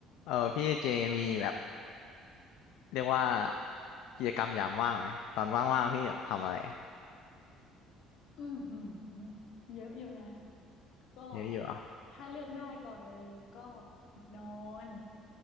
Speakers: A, on the left; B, on the left.
A: เออพี่เจมีแบบเรียกว่ากิจกรรมยามว่างไหมตอนว่างๆพี่แบบทำอะไร
B: อือหือเยอะอยู่นะก็
A: เยอะอยู่อ่ะ
B: ถ้าเลือกได้ก่อนเลยก็นอน